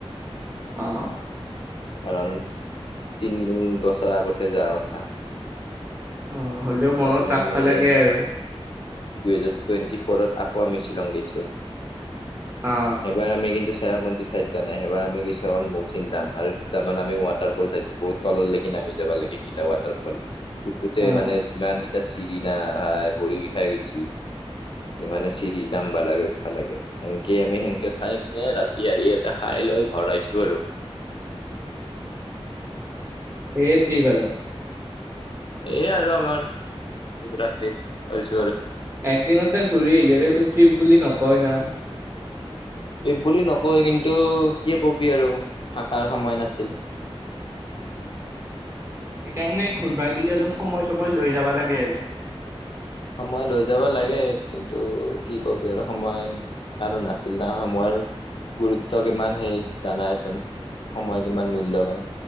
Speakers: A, on the right (about 25°); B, on the left (about 55°).
A: আহ
B: কাৰণ তিনমুং প্ৰচাৰ আগতে যাৰ কথা
A: অ হ'লেও মনত
B: তাৰপিছত
A: ৰাস
B: আমি
A: পালেগে আৰু
B: দুহেজাৰ টুৱেণ্টি ফৰত আকৌ আমি শ্বিলং গৈছো
A: অ
B: এবাৰ আমি কিন্তু চেৰাপঞ্জিাইজ নাই সেৱাৰ আমি কিছুমান মৌচিন দাম আৰু দুটামান আমি ৱাটাৰফল চাইছো বহুত তলৰ লৈকে নামি মি যাব লাগে স ৱাটাৰ ফল উঠোতে
A: অ
B: মানে ক চিৰি ন ভাই পৰি বিষাই গৈছি মানে চিৰি ৰাামবা লাগে উঠা লাগে সেনকে আমি সেনকে চাই কিনে ৰাতি আহি ইয়াতে খাই লঘ পৰাইছো আৰু
A: সেয়ে তিবাৰ
B: এই আৰু আমাৰ ৰাতি চয়ছ
A: একদিনতে ঘূৰি আহলেও হেতু ট্ৰিপ বুলি নকয় ন
B: ট্ৰিপ বুলি নকয় কিন্তু কি কবি আৰু থকাৰ সময় নাছিল
A: <unintelligible> সেইকাৰণে ঘোৰবা গিলি অলপ সময় সময় লৈ যাবা লাগে আৰু
B: সময় লৈ যাব লাগে কিন্তু কি কবি আৰু সময় কাৰো নাছিল ন সময়ৰ গুৰুত্ব কিমান সেই জানাইচোন সময় কিমান মূল্যৱান